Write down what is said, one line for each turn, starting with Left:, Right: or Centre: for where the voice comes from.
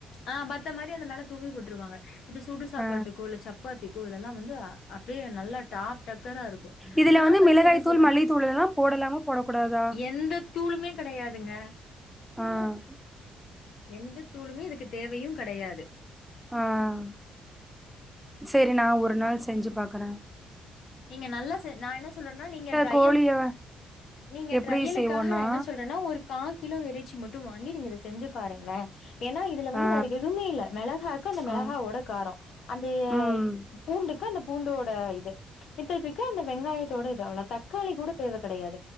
Left: ஆஹ் பத்த மாரி அந்த மேல தூவி போட்ருவாங்க இது சுடு சாப்பாட்டுக்கோ
Centre: ஆ
Left: இல்ல சப்பாத்திக்கோ இதெல்லா வந்து அ டியே நல்லா டாப் டக்கரா இருக்கு
Centre: இதுல
Left: நா வந்து
Centre: மிளகாய்
Left: என்ன செய்வனா
Centre: தூள் மல்லித்தூள் எல்லா போடலாமா போடக்கூடாதா
Left: என் எந்த தூளுமே கடையாதுங்க
Centre: ஆஹ்
Left: எந்த தூளுமே இதுக்கு தேவயும் கடையாது
Centre: ஆஹ் சரி நா ஒரு நாள் செஞ்சு பாக்குற
Left: நீங்க நல்லா செ நா என்ன சொல்றன்னா நீங்க ட்ரையலு
Centre: கோழிய
Left: நீங்க
Centre: எப்டி
Left: ட்ரையலுக்காஹ
Centre: செய்வோனா
Left: நா என்ன சொல்றனா ஒரு கா கிலோ இறைச்சி மட் டு வாங்கி நீங்க இத செஞ்சு பாருங்ளே ஏன்னா இதுல வந்து
Centre: ஆ
Left: வேற எதுவுமே இல்ல மெளஹாக்கு அந்த மெளஹாவோட
Centre: ஆ
Left: காரோ அந்த
Centre: ம்
Left: பூண்டுக்கு அந்த பூண்டோட இது மித்ததுக்கு அந்த வெங்காயத்தோட இது அவ்ளா தக்காளி கூட தேவ கடையாத்